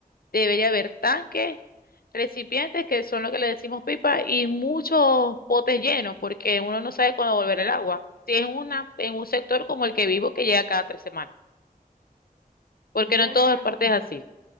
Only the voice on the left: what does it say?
debería haber tanques, recipientes, que son lo que le decimos pipa, y muchos potes llenos, porque uno no sabe cuándo volver el agua. Si es en una, en un sector como el que vivo, que llega cada tres semanas, porque
no en
todas partes
es así.